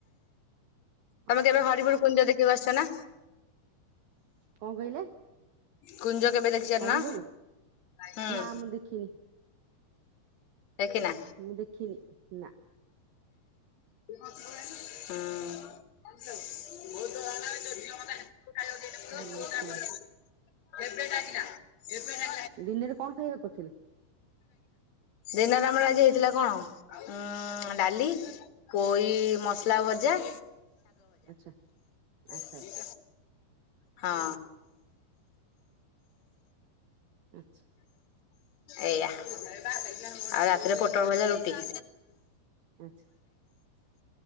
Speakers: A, on the right; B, on the left.
A: ହଉ
B: ତମେ କେବେ ହରିପୁର କୁଞ୍ଜ ଦେଖିଆକୁ ଆସିଛନା?
A: କଣ କହିଲେ?
B: କୁଞ୍ଜ କେବେ ଦେଖିଯାନ
A: ହରିବୋଲ?
B: ହୁଁ।
A: ନା ମୁଁ ଦେଖିନି
B: ଦେଖିନା
A: ମୁଁ ଦେଖିନି ନା
B: ହ ଆ
A: ମୁଁ ଦେଖିନି ଦିନରେ କଣ ଖାଇବାକୁ କରିଥିଲେ?
B: ଦିନରେ ଆମର ଆଜି ହେଇଥିଲା କଣ ଉ ଡାଲି ପୋଇ ମସଲା ଭଜା।
A: ଆଚ୍ଛା ଆଛା।
B: ଠ୍ ଅ ହଁ।
A: ଆଚ୍ଛା
B: ଏଇଆ ଆଉ ରାତିରେ ପୋଟଳ ଭଜା ରୁଟି। ଆ
A: ଆଚ୍ଛା